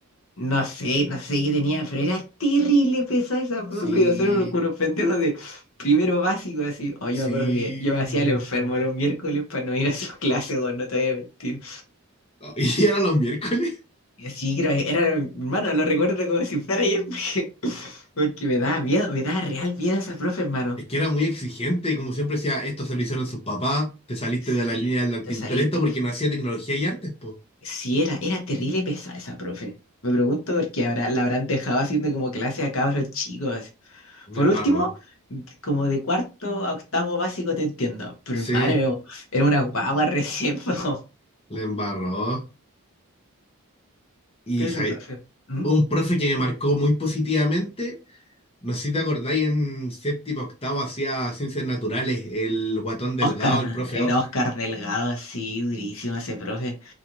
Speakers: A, on the left; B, on the left.
A: No sé, no sé qué tenía, pero era terrible pesada esa
B: Sí,
A: profe. y Nosotros éramos como unos pendejos de primero básico, así. Oh, yo
B: sí.
A: me acuerdo que yo me hacía el enfermo los miércoles para no ir a sus clases, <laughs> weón, no te voy a mentir.
B: Oh, <laughs> Y si era los miércoles,
A: Y así, creo que era, hermano, lo recuerdo como si fuera ayer, <laughs> porque, porque me daba miedo, me daba real miedo esa profe, hermano.
B: es que era muy exigente. y Como siempre decía, esto se lo hicieron sus papás. Te saliste
A: Sí,
B: de la línea del
A: te
B: Pinterest
A: saliste.
B: porque no hacía tecnología y artes, po.
A: Sí, era, era terrible pesada esa profe. Me pregunto por qué habrá, la habrán dejado haciendo como clase a cabros chicos. Por
B: Le embarró.
A: último, como de cuarto a octavo básico te entiendo. Pero
B: Sí,
A: hermano, era era una guagua <laughs> recién. po.
B: le embarró. Y
A: ¿Qué otro
B: sa-
A: profe? ¿Mm?
B: un profe que me marcó muy positivamente. No sé si te acordáis, en séptimo, octavo hacía ciencias naturales, el guatón delgado,
A: Oscar, ¿no?
B: el profe
A: el
B: Ock.
A: Oscar Delgado, sí, durísimo ese profe.